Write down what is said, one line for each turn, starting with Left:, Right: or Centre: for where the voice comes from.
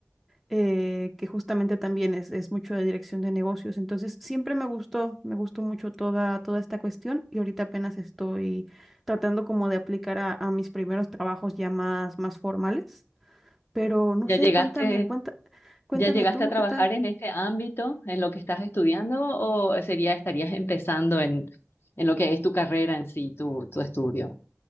Centre: eh, que justamente también es, es mucho de dirección de negocios. Entonces, siempre me gustó, me gustó mucho toda, toda esta cuestión y ahorita apenas estoy tratando como de aplicar a, a mis primeros trabajos ya más, más formales. Pero no
Left: ¿Ya
Centre: sé,
Left: llegaste,
Centre: cuéntame, cuenta, cuéntame
Left: ya llegaste
Centre: tú,
Left: a trabajar
Centre: ¿qué tal?
Left: en este ámbito, en lo que estás estudiando, o sería, estarías empezando en, en lo que es tu carrera en sí, tu, tu estudio?